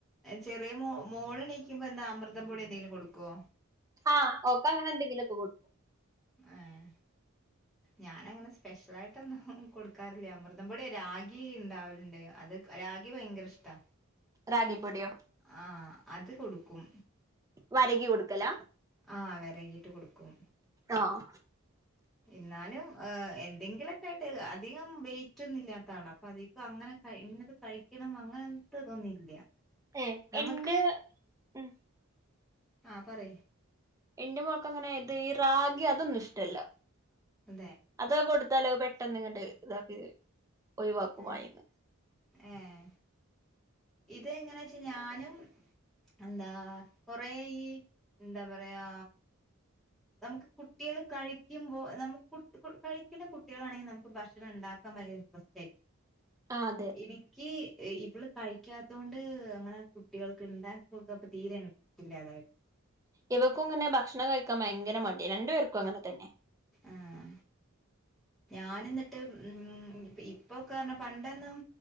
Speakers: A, in the centre; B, on the right (about 15°).
A: ചെറിയ മോ മോള് എണിക്കുമ്പോ എന്താ അമൃതം പൊടി എന്തെങ്കിലും കൊടുക്കോ
B: ആഹ് ഓക്ക് അങ്ങനെന്തെങ്കിലോക്കെ കൊടുക്കും
A: ഏഹ് ഞാന് അങ്ങനെ സ്പെഷ്യലായിട്ടൊന്നും കൊടുക്കാറില്ല അമൃതം പൊടി രാഗി ഇണ്ടാവലുണ്ട് അത് രാഗി ഭയങ്കര ഇഷ്ടാ
B: രാഗിപൊടിയോ
A: ആഹ് അത് കൊടുക്കും
B: വരകി കൊടുക്കലാ
A: ആഹ് വരകിട്ട് കൊടുക്കും
B: ആഹ്
A: ഇന്നാലും ഏഹ് എന്തെങ്കിലൊക്കെ ആയിട്ട് അധികം വെയിറ്റ് ഒന്നും ഇല്ലാത്ത ആളാ അപ്പൊ അതി ക്ക് അങ്ങനെ കഴി ഇന്നത് കഴിക്കണം അങ്ങനെത്തെ ഇതൊന്നും ഇല്ല
B: ഏഹ്എന്റെ
A: നമുക്ക്
B: ഉം
A: ആ പറയ്
B: എന്റെ മോൾക്ക് അങ്ങനെ ഇത് ഈ റാഗി അതൊന്നും ഇഷ്ടല്ല
A: അതെ
B: അതൊക്കെ കൊടുത്താലോ പെട്ടെന്ന് ഇങ്ങട്ട് ഇതാക്ക് ഒഴിവാക്കും
A: ഏഹ്
B: വായെന്ന്
A: ഏഹ് ഇത് എങ്ങനെ വെച്ച ഞാനും എന്താ കൊറേ ഈ എന്താ പറയാ നമുക്ക് കുട്ടികൾ കഴിക്കുമ്പോ നമുക്ക് കു കു കഴിക്കുന്ന കുട്ടികളാണെങ്കി നമുക്ക് ഭക്ഷണം ഇണ്ടാക്കാൻ ഭയ <unintelligible>
B: ആഹ് അതെ
A: എനി ഇക്ക് ഈ ഇവള് കഴിക്കാത്തോണ്ട് അങ്ങനെ കുട്ടികൾക്ക് ഇണ്ടാക്കി കൊടുക്കാൻ പ്പം തീരെ ഇൻട്രസ്റ്റ് ഇല്ലാതായി
B: ഇവക്കും ഇങ്ങനെ ഭക്ഷണം കഴിക്കാൻ ഭയങ്കര മടിയാ രണ്ടു പേർക്കും അങ്ങനെ തന്നെ.
A: ആഹ്. ഞാന് ഇന്നട്ട് ഉം ഇപ്പോക്കെ പറഞ്ഞാ പണ്ടൊന്നും